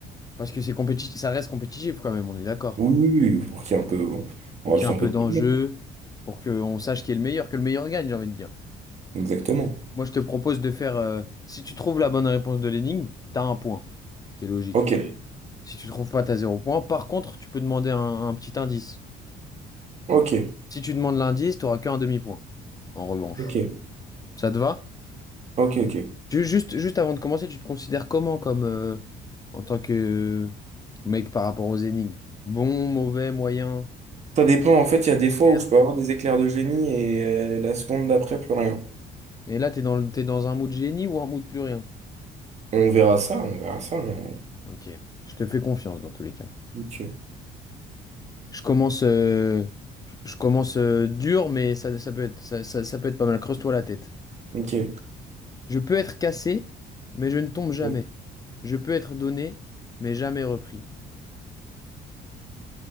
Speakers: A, on the left; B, on the right.
A: parce que c'est compétitif, ça reste compétitif quand même, on est d'accord.
B: Oui, oui, oui, pour qu'il y ait un peu. bon,
A: Pour
B: on rajoute
A: qu'il y ait un
B: un
A: peu
B: peu de
A: d'enjeu,
B: piment.
A: pour qu'on sache qui est le meilleur, que le meilleur gagne, j'ai envie de dire.
B: Exactement.
A: Moi, je te propose de faire... euh, si tu trouves la bonne réponse de l'énigme, t'as un point, ce qui est logique.
B: Ok,
A: Si tu trouves pas, t'as zéro point. Par contre, tu peux demander un, un petit indice.
B: ok,
A: Si tu demandes l'indice, t'auras qu'un demi-point, en revanche.
B: ok,
A: Ça te va?
B: ok, ok.
A: Tu- juste, juste avant de commencer, tu te considères comment comme euh, en tant que mec par rapport aux énigmes? Bon, mauvais, moyen,
B: Ça dépend, en fait, il y a
A: expert.
B: des fois où je peux avoir des éclairs de génie et euh, la seconde d'après, plus rien.
A: Et là, t'es dans le- t'es dans un mood génie ou un mood plus rien?
B: On verra ça, on verra ça. mais-
A: Ok, je te fais confiance dans tous les cas.
B: Ok,
A: Je commence, euh, je je commence euh, dur, mais ça, ça peut être, ça, ça- ça peut être pas mal. Creuse-toi la tête.
B: ok.
A: Je peux être cassé, mais je ne tombe jamais.
B: Ouais.
A: Je peux être donné, mais jamais repris.